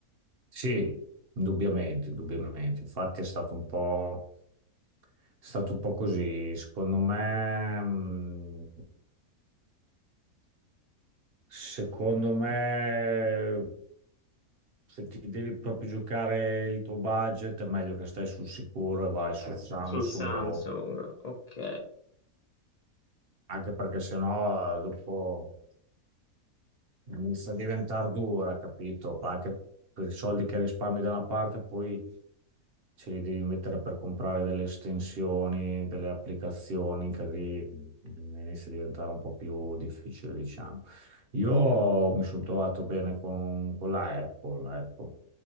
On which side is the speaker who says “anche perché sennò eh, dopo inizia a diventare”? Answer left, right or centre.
Right